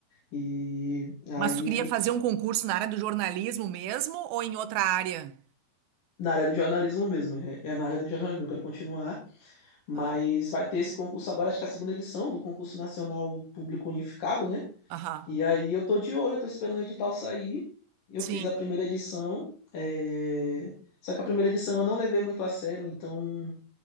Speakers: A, on the left (about 60°); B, on the right (about 80°).
A: E aí,
B: Mas tu queria fazer um concurso na área do jornalismo mesmo ou em outra área?
A: na área do jornalismo mesmo, é, é na área do jornalismo, eu quero continuar. Mas
B: Ah,
A: vai ter esse concurso agora, acho que é a segunda edição do concurso nacional público unificado, né?
B: Aham,
A: E aí eu tô de olho, eu tô esperando o edital sair. Eu
B: sim,
A: fiz a primeira edição, é, só que a primeira edição eu não levei muito a sério, então